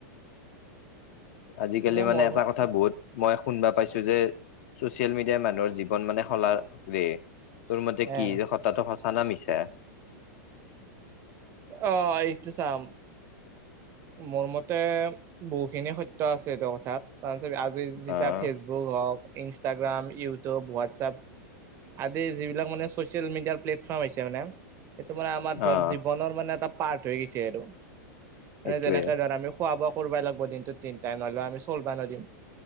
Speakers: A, on the left; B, on the right.
A: আজিকালি
B: এনে
A: মানে
B: মোৰ
A: এটা
B: মতে
A: কথা বহুত মই শুনবা পাইছো যে চচিয়েল মিডিয়াই মানুহৰ জীৱন মানে শলাৰে তোৰ মতে কি
B: এ
A: হতাটো সঁচা না মিছা
B: অ', এহটো চাম মোৰ মতে বহুখিনি সত্য আছে এইটো কথাত কাৰণ আজি যেতিয়া
A: আহ
B: ফেচবুক হওক ইনষ্টাগ্ৰাম ইউটিউব হোৱাটছআপ আদি যিবিলাক মানে চচিয়েল মিডিয়াৰ প্লেটফৰ্ম হৈছে মানে সেইটো মানে আমাৰ ধৰ
A: আহ
B: জীৱনৰ মানে এটা পাৰ্ট হৈ গৈইছে আৰু,
A: সেইটোৱে
B: এ যেনেকে ধৰ আমি খোৱা বোৱা কৰবাই লাগব দিনটোত তিনটাইম নহ'লে আমি চলবাই নৰিম,